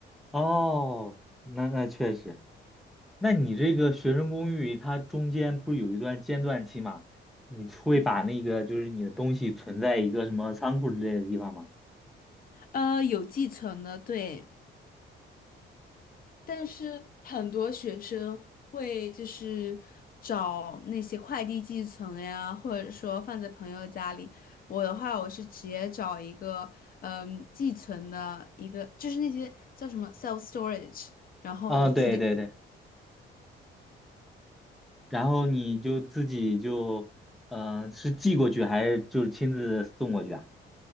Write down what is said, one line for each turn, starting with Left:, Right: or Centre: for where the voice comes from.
Centre: 哦，那那确实，那你这个学生公寓它中间不是有一段间断期吗？你会把那个就是你的东西存在一个什么仓库之类的地方吗？
Left: 呃，有继承的，对，但是很多学生会就是找那些快递寄存呀，或者说放在朋友家里。我的话，我是直接找一个嗯寄存的一个，就是那些叫什么 self storage，然后我自己
Centre: 嗯，对对对。然后你就自己就，嗯、是寄过去还是就是亲自送过去啊？